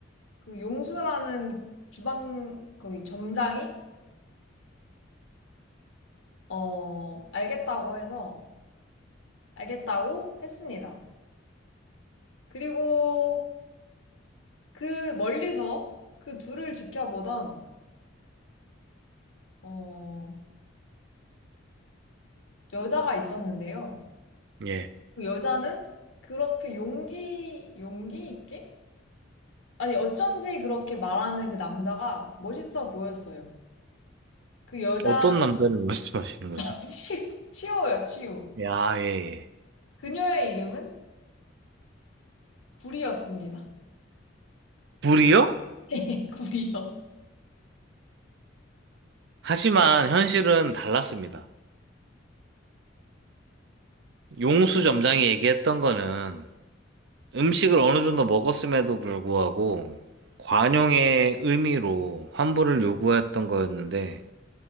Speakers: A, on the left (about 80°); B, on the right (about 60°).
A: 그 용수라는 주방 거기 점장이 어 알겠다고 해서 알겠다고 했습니다 그리고 그 멀리서 그 둘을 지켜보던 어 여자가 있었는데요.
B: 예.
A: 그 여자는 그렇게 용기, 용기 있게? 아니, 어쩐지 그렇게 말하는 그 남자가 멋있어 보였어요. 그 여자,
B: 어떤 남자를 말씀하시는 거죠?
A: <laughs> 치, 치호요, 치호.
B: 야, 예, 예.
A: 그녀의 이름은 구리였습니다.
B: 불이요?
A: <laughs> 구리요.
B: 하지만 현실은 달랐습니다. 용수 점장이 얘기했던 거는 음식을 어느 정도 먹었음에도 불구하고 관용의 의미로 환불을 요구했던 거였는데